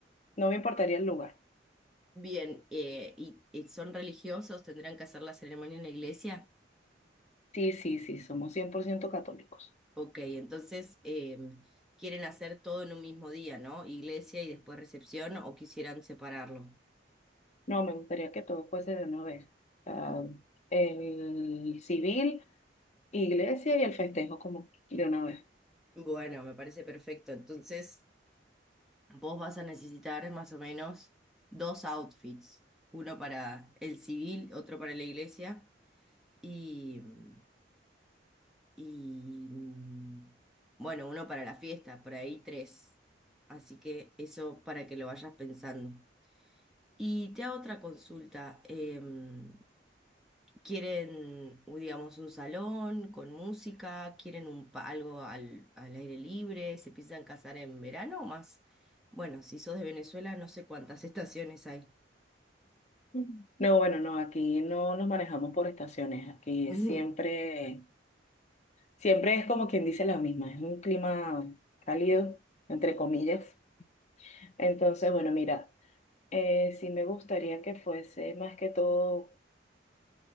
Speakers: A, on the left (about 40°); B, in the centre.
A: no me importaría el lugar.
B: Bien, eh, y, y son religiosos? ¿Tendrán que hacer la ceremonia en la iglesia?
A: Sí, sí, sí, somos 100% católicos.
B: Ok, entonces em, quieren hacer todo en un mismo día, ¿no? Iglesia y después recepción, o quisieran separarlo.
A: No, me gustaría que todo fuese de una vez. O sea,
B: M-
A: el civil, iglesia y el festejo como de una vez.
B: Bueno, me parece perfecto. Entonces, vos vas a necesitar más o menos dos outfits, uno para el civil, otro para la iglesia Y, mm, y mm, bueno, uno para la fiesta, por ahí tres. Así que eso para que lo vayas pensando. Y te hago otra consulta. em, ¿quieren, u- digamos, un salón con música? ¿Quieren un, pa- algo al, al aire libre? ¿Se piensan casar en verano o más? Bueno, si sos de Venezuela, no sé cuántas <laughs> estaciones hay.
A: Ujú. No, bueno, no, aquí no nos manejamos por estaciones. Aquí
B: Ujú.
A: siempre, siempre es como quien dice la misma. Es un clima cálido, entre comillas. Entonces, bueno, mira, eh, sí me gustaría que fuese más que todo